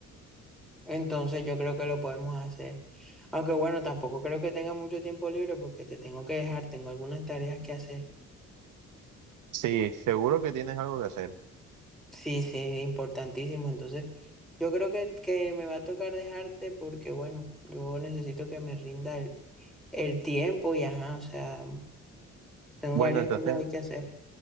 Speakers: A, in the centre; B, on the right.
A: Entonces yo creo que lo podemos hacer. Aunque bueno, tampoco creo que tenga mucho tiempo libre porque te tengo que dejar, tengo algunas tareas que hacer.
B: Sí, seguro que tienes algo que hacer.
A: Sí, sí, importantísimo. Entonces, yo creo que, que me va a tocar dejarte porque, bueno, yo necesito que me rinda el, el tiempo y, ajá, o sea, tengo
B: Bueno,
A: varias
B: entonces
A: cosas hay que hacer.